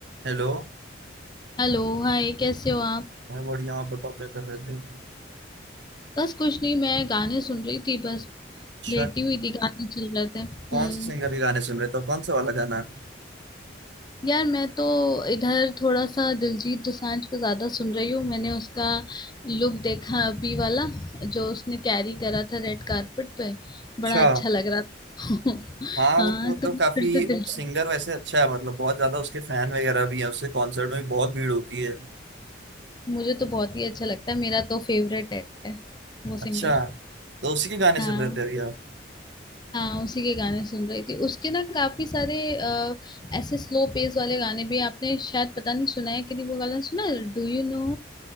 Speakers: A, on the right (about 70°); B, on the left (about 20°).
A: Hello
B: Hello Hi कैसे हो आप
A: मैं बढ़िया आप बताओ क्या कर रहे थे
B: बस कुछ नहीं मैं गाने सुन रही थी बस
A: अच्छा
B: लेटी हुई थी गाने चल रहे थे हम्म
A: कौन से सिंगर के गाने सुन रहे थे तो कौन सा वाला गाना
B: यार मैं तो इधर थोड़ा सा दिलजीत दोसांझ को ज्यादा सुन रही हूँ मैंने उसका लुक देखा अभी वाला जो उसने कैरी करा था रेड कारपेट पे
A: अच्छा
B: बड़ा अच्छा लग रहा था <laughs>
A: हाँ
B: हाँ
A: वो तो मतलब
B: तो मैं
A: काफी
B: फिर से दिलजीत
A: सिंगर वैसे अच्छा है मतलब बहुत ज्यादा उसके फैन वगैरह भी हैं उसके कॉन्सर्ट में भी बहुत भीड़ होती है
B: मुझे तो बहुत ही अच्छा लगता है मेरा तो फेवरेट है वो सिंगर
A: अच्छा तो उसी के गाने
B: हाँ
A: सुन रहे थे अभी आप
B: हाँ उसी के गाने सुन रही थी उसके ना काफी सारे अ, ऐसे स्लो पेस वाले गाने भी हैं। आपने शायद पता नहीं सुना है कि नहीं वो गाना सुना है डू यू नो